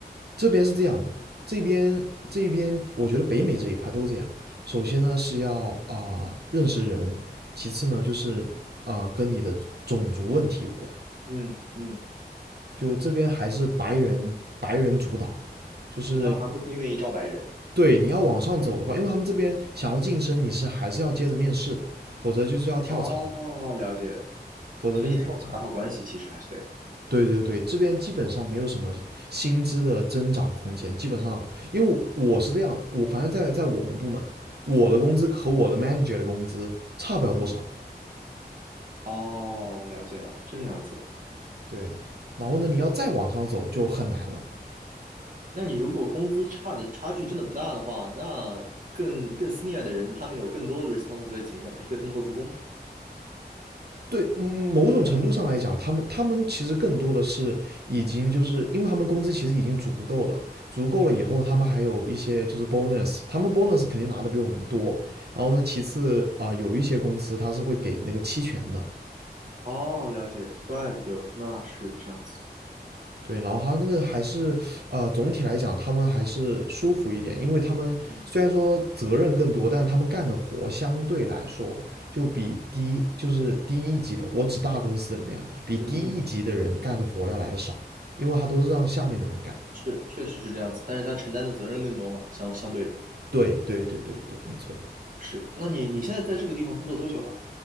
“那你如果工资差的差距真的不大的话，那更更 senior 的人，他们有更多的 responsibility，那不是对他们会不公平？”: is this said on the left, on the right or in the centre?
Right